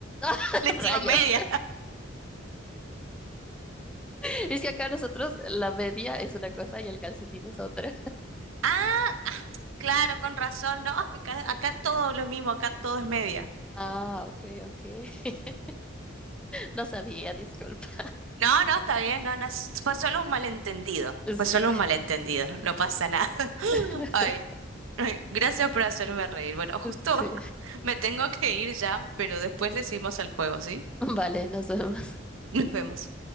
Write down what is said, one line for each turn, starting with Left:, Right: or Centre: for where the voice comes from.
Centre: <laughs>
Right: le decimos
Centre: Rayos.
Right: media.
Centre: <laughs> Es que acá nosotros la media es una cosa y el calcetín es otra.
Right: Ah, ah, claro, con razón, no, <laughs> acá, acá todo lo mismo, acá todo es media.
Centre: Ah, ok, ok. <laughs> No sabía, disculpa.
Right: No, no, está bien, no, no, es- fue solo un malentendido,
Centre: Sí.
Right: fue solo un malentendido, no pasa nada. <laughs>
Centre: <laughs>
Right: Ay, ay, gracias por hacerme reír. Bueno, justo
Centre: Sí.
Right: <laughs> me tengo que ir ya, pero después le seguimos al juego, ¿sí?
Centre: Vale, nos vemos.
Right: Nos vemos.